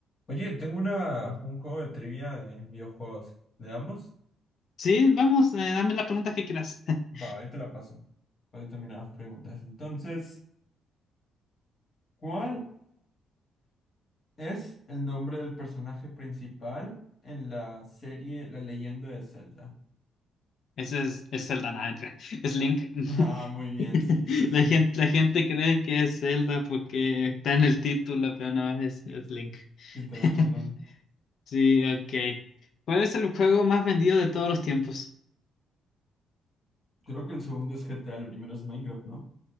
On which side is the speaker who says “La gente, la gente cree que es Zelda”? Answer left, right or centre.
Left